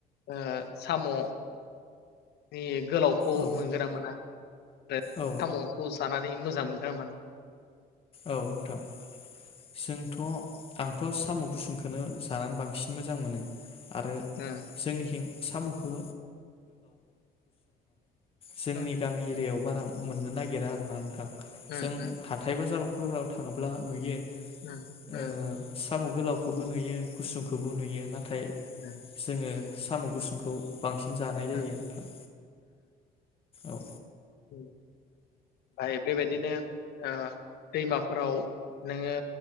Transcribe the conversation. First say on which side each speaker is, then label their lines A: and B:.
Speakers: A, on the left; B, on the left.
A: ओ साम'नि गोलाव खौ
B: औ
A: मोनगोना मोना आरो
B: औ
A: साम'खौ सानानै मोजां रोमोन
B: औ नोंथां जोंथ' आंथ' साम' गुसुंखौनो जानानै बांसिन मोजां मोनो आरो
A: उम
B: जोंनिखिं सामु'खो जोंनि
A: उम
B: गामि एरियायाव बारा मोननो नागिरा आरोना नोंथां
A: उम
B: जों हाथाय बाजाराव फुंआव थांङोब्ला नुयो
A: उम उम
B: ओ साम' गोलावखौबो नुयो गुसुंखौबो नुयो नाथाय
A: उम
B: जोंङो साम' गुसुंखौ बांसिन जानाय जायो
A: उम
B: नोंथां। औ
A: ओमफाय बेबायदिनो ओ दैमाफोराव नोङो